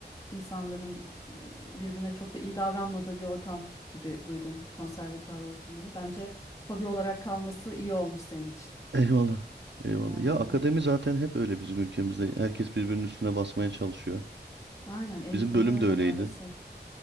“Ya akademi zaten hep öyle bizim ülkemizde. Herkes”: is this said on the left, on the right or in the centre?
Right